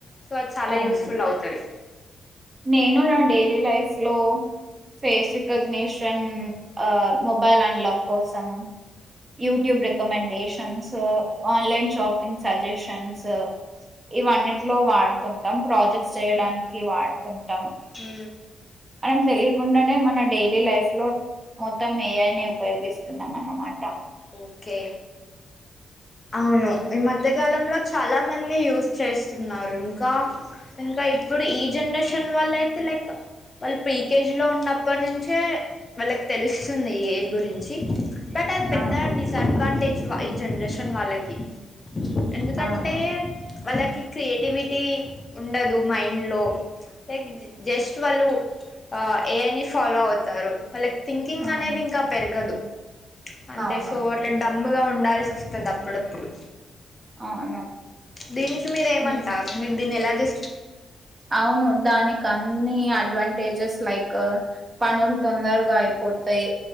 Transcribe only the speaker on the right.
అవును.
నేను నా డైలీ లైఫ్ లో ఫేస్ రికగ్నేషన్ ఆ మొబైల్ అన్లాక్ కోసం YouTube recommendation so online shopping suggestions ఇవన్నిట్లో వాడుతాం టం ప్రాజెక్ట్స్ చేయడానికి వాడుతుంటాం
అన్ తెలియకుండానే మన డైలీ లైఫ్ లో మొత్తం ఏఐనే ఉపయోగిస్తున్నాం అన్నమాట
అవును
అవును
అవును
అవును
అవును
ఉమ్,
అవును దానికి అన్ని అడ్వంటి తేజెస్ లైక్ పనులు తొందరగాయ్ పోతాయి